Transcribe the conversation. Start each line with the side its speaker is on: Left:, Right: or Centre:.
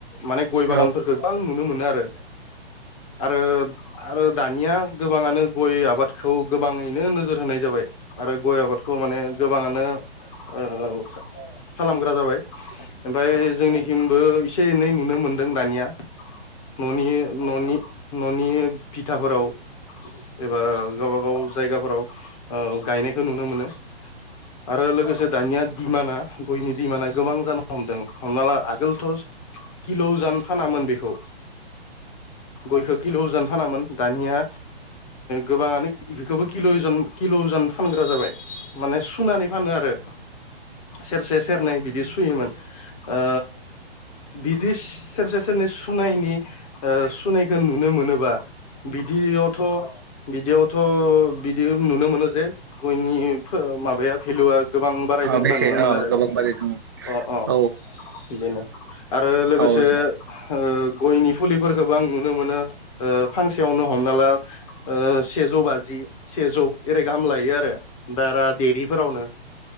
Left: माने गय
Right: औ
Left: बागानफोरखौ गोबां नुनो मोनो आरो आरो आरो दानिया गोबाङानो गय आबादखौ गोबाङैनो नोजोर होनाय जाबाय। आरो गय आबादखौ माने गोबाङानो ओ खालामग्रा जाबाय ओमफफ्राय जोंनिसिमबो एसे एनै नुनो मोनदों दानिया। न'नि न'नि न'नि बिथिथाफोराव एबा गावबा गाव जायगाफोराव औ गायनायखौ नुनो मोनो आरो लोगोसे दानिया खिसुमाना गयनि दि माने गोबां जान हमदों हमना ला आगोलथ' किल' जानो फानामोन बेखौ। गयखौ गिल जानो फानामोन दानिया गोबाङानो बेबोिल किल'जन फानग्रा जाबाय माने सुनानै फानो आरो। सेरसे सेरनै बिदि सुयोमोन ओ बिदि सेरसे सेरनै सुनायनि सुनायखौ नुनो मोनोबा बिदियावथ' बिदियावथ' बिदि नुनो मोनो जे गयनि माबाया भेलुआ गोबां बारायदों होनना
Right: बेसे
Left: नुनो
Right: औ
Left: मोनो आरो
Right: गोबां बारि दङ
Left: अ अ।
Right: औ
Left: बेनो आरो लोगोसे
Right: औ औ
Left: ओ गयनि फुलिफोरखौबो आं नुनो मोनो ओ फांसेयावनो हमना ला ओ सेजौ बाजि सेजौ एओरै गाहाम लायो आरो। बारा देरिफोरावनो